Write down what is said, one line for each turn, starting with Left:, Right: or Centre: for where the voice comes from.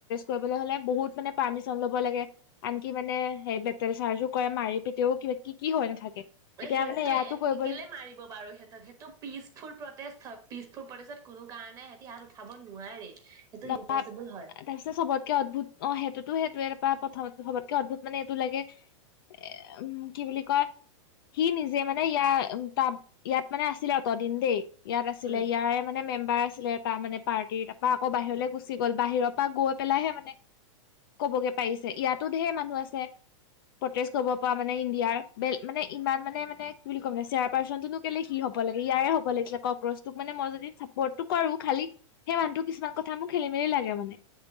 Left: কৰিব হলে বহুত মানে পাৰ্মিচন লব লাগে আন কি মানে হ বে চাৰজো কৰে মাৰি পিতিয়াওিবা কি কি হয় নাথাকে এতিয়া
Right: সেইটোোৱে
Left: মানে ইয়াতো কৰিব
Right: কেলে মাৰিব বাৰু সিহঁতক সেইটো পিচফুল প্ৰটেকচন পিছফুল প্ৰদেশত কোনো কাৰণে সিহঁতি হাত উঠাব নোৱাৰে সেইটো
Left: তাৰপিছত
Right: ইম্পচিবল হয়
Left: চবতকে অদ্ভুত অঁ সেইটোতোই এনোৰপা প্ৰথম সবতকে অদ্ভুত মানে এইটো লাগে এ উম কি বুলি কয় সি নিজে মানে ইয়াৰ উ তাত ইয়াত মানে আছিলে অত দিন দেই ইয়াত আছিলে
Right: উম
Left: ইয়াৰে মানে মেম্বাৰ আছিলে তাৰ মানে পাৰ্টী আকৌ বাহিৰলৈ গুচি গ'ল বাহিৰৰ পৰা গৈ পেলাইহে মানে ক'বগে পাৰিছে ইয়াতো ঢেৰ মানুহ আছে প্ৰটেষ্টা কৰিব পৰা মানে ইণ্ডিয়াৰ ব মানে ইমান মানে মানে কি বুলি ক মানে চেয়াৰ পাৰ্চনতনো কেলে সি হব লাগে ইয়াৰে হ'ব লাগিছিলে কক্ৰটোক মানে মই যদি চাপৰ্টটো কও খালি সেই মানুহটো কিছুমান কথা মোৰ খেলি মেলি লাগে মানে